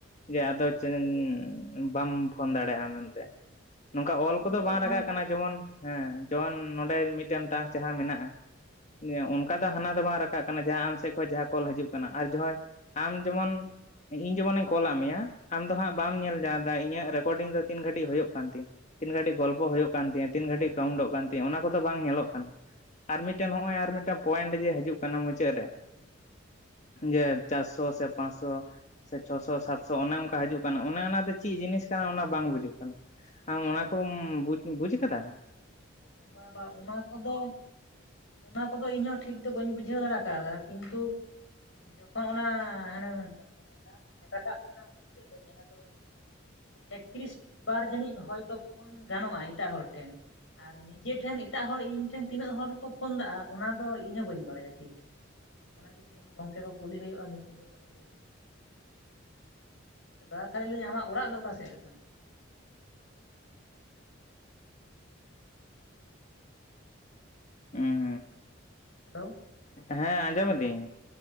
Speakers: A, on the left; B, on the left.
A: ᱡᱮ ᱟᱫᱚ ᱪᱮᱱ ᱵᱟᱢ ᱯᱷᱳᱱ ᱫᱟᱲᱮᱭᱟᱜ-ᱟ ᱢᱮᱱᱛᱮ ᱱᱚᱝᱠᱟ ᱚᱞ
B: ᱯᱷᱳᱱ ᱫᱚ ᱦᱳᱭ
A: ᱚᱱᱠᱟ ᱡᱮᱢᱚᱱ ᱦᱮᱸ ᱡᱮᱢᱚᱱ ᱱᱚᱸᱰᱮ ᱢᱤᱫᱴᱮᱱ ᱴᱟᱠᱥ ᱡᱟᱦᱟᱸ ᱢᱮᱱᱟᱜ-ᱟ᱾ ᱡᱮ ᱱᱚᱜ ᱼᱚᱭ ᱚᱱᱠᱟ ᱫᱚ ᱦᱟᱱᱟ ᱫᱚ ᱵᱟᱝ ᱨᱟᱠᱟᱵ ᱠᱟᱱᱟ ᱡᱟᱦᱟᱸ ᱟᱢ ᱥᱮᱫ ᱠᱷᱳᱚᱡ ᱡᱟᱦᱟᱸ ᱠᱚᱞ ᱦᱤᱡᱩᱜ ᱠᱟᱱᱟ ᱟᱨ ᱡᱚᱦᱚᱭ ᱟᱢ ᱡᱮᱢᱚᱱ, ᱤᱧ ᱡᱮᱢᱚᱱᱤᱧ ᱠᱚᱞᱟᱜ ᱢᱮᱭᱟ ᱟᱢ ᱫᱚ ᱦᱟᱸᱜ ᱵᱟᱢ ᱧᱮᱞ ᱧᱟᱢᱫᱟ ᱤᱧᱟᱹᱜ ᱨᱮᱠᱚᱨᱰᱤᱝ ᱫᱚ ᱛᱤᱱ ᱜᱷᱟᱹᱲᱤᱡ ᱦᱩᱭᱩᱜ ᱠᱟᱱ ᱛᱤᱧ᱾ ᱛᱤᱱ ᱜᱷᱴᱤᱡ ᱜᱚᱞᱯᱚ ᱦᱩᱭᱩᱜ ᱠᱟᱱ ᱛᱤᱧᱟᱹ ᱛᱤᱱ ᱜᱷᱴᱤᱡ ᱠᱟᱣᱩᱱᱴᱚᱜ ᱠᱟᱱ ᱛᱤᱧᱟᱹ ᱚᱱᱟ ᱠᱚᱫᱚ ᱵᱟᱝ ᱧᱮᱞᱚᱜ ᱠᱟᱱ᱾᱾ ᱟᱨ ᱢᱤᱫᱴᱮᱱ ᱱᱚᱜ-ᱚᱭ ᱟᱨ ᱢᱤᱫᱴᱮᱱ ᱯᱚᱭᱮᱱᱴ ᱡᱮ ᱦᱤᱡᱩᱜ ᱠᱟᱱᱟ ᱢᱩᱪᱟᱹᱫ ᱨᱮ᱾ ᱡᱮ ᱪᱟᱨᱥᱚ ᱥᱮ ᱯᱟᱸᱪᱥᱚ, ᱥᱮ ᱪᱷᱚᱥᱚ ᱥᱟᱛᱥᱚ ᱚᱱᱮ ᱚᱱᱠᱟ ᱦᱤᱡᱩᱜ ᱠᱟᱱᱟ ᱚᱱᱮ ᱚᱱᱟ ᱫᱚ ᱪᱮᱫ ᱡᱤᱱᱤᱥ ᱠᱟᱱᱟ ᱚᱱᱟ ᱵᱟᱝ ᱵᱩᱡᱩᱜ ᱠᱟᱱᱟ᱾ ᱟᱢ ᱚᱱᱟ ᱠᱚᱢ ᱵᱩᱡᱽ ᱵᱩᱡᱽ ᱠᱟᱫᱟ?
B: ᱵᱟᱼᱵᱟ ᱚᱱᱟ ᱠᱚᱫᱚ ᱚᱱᱟ ᱠᱚᱫᱚ ᱤᱧ ᱦᱚᱸ ᱴᱷᱤᱠ ᱫᱚ ᱵᱟᱹᱧ ᱵᱩᱡᱷᱟᱹᱣ ᱫᱟᱲᱟ ᱠᱟᱣᱫᱟ ᱠᱤᱱᱛᱩ, ᱡᱚᱠᱷᱚᱱ ᱚᱱᱟᱻ ᱦᱟᱱᱮ ᱚᱱᱟ ᱚᱱᱮ ᱫᱚ ᱴᱟᱠᱥ, ᱨᱟᱠᱟᱵ ᱠᱟᱱᱟ ᱢᱩᱪᱟᱹᱫ ᱨᱮ ᱡᱟᱦᱟᱸ ᱫᱚ ᱮᱠᱛᱨᱤᱥ ᱵᱟᱨ ᱡᱟᱹᱱᱤᱡ ᱦᱚᱭᱛᱳ ᱩᱯᱳᱱ ᱜᱟᱱᱚᱜᱼᱟ ᱮᱴᱟᱜ ᱦᱚᱲ ᱴᱷᱮᱱ᱾ ᱟᱨ ᱱᱤᱡᱮᱮᱴᱷᱮᱱ ᱮᱴᱟᱜ ᱦᱚᱲ ᱤᱧ ᱴᱷᱮᱱ ᱛᱤᱱᱟᱹᱜ ᱦᱚᱲ ᱠᱚ ᱯᱷᱳᱱ ᱫᱟᱜᱼᱟ ᱚᱱᱟ ᱫᱚ ᱤᱧ ᱦᱚᱸ ᱵᱟᱹᱧ ᱵᱟᱲᱟᱭᱟ ᱴᱷᱤᱠ, ᱫᱚ ᱚᱱᱟᱜᱮ ᱛᱮᱤᱦᱤᱧ ᱜᱚᱝᱠᱮ ᱠᱚ ᱠᱩᱞᱤ ᱦᱩᱭᱩᱜᱼᱟ ᱢᱤᱴᱤᱝ ᱨᱮ ᱵᱚᱞᱚ ᱦᱩᱭᱩᱜᱼᱟ᱾ ᱫᱟᱫᱟ ᱛᱟᱦᱞᱮ ᱞᱟᱹᱭᱟᱹᱧ ᱟᱢᱟᱜ ᱳᱲᱟᱜ ᱫᱚ ᱚᱠᱟ ᱥᱮᱜ ᱨᱮᱛᱟᱢ?
A: ᱩᱸ
B: ᱦᱮᱞᱳ
A: ᱦᱩᱸ ᱟᱸᱡᱚᱢᱤᱫᱟᱹᱧ